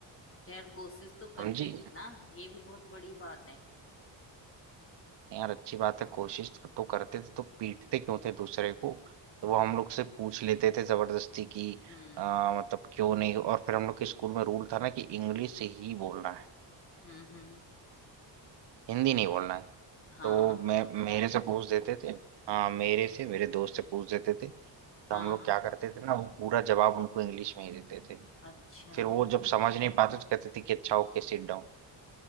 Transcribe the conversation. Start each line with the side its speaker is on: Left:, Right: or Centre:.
Left: तो यार कोशिश तो करते
Right: समझी
Left: थे ना ये भी बहुत बड़ी बात है
Right: यार अच्छी बात है कोशिश तो करते थे तो पीटते क्यों थे दूसरे को
Left: हम्म
Right: तो वो हम लोग से पूछ लेते थे जबरदस्ती कि
Left: हम्म
Right: आ, मतलब क्यों नहीं और फिर हम लोग के स्कूल में रूल था ना कि इंग्लिश ही बोलना है
Left: हम्म हम्म
Right: हिंदी नहीं बोलना है
Left: हाँ
Right: तो मैं
Left: अब कर
Right: मेरे से पूछ देते थे हाँ मेरे से मेरे दोस्त से पूछ देते थे तो
Left: हाँ
Right: हम लोग क्या करते थे ना वो पूरा जवाब उनको इंग्लिश में ही देते थे
Left: अच्छा
Right: फिर वो जब समझ नहीं पाते तो कहते थे कि अच्छा ओके सिट डाउन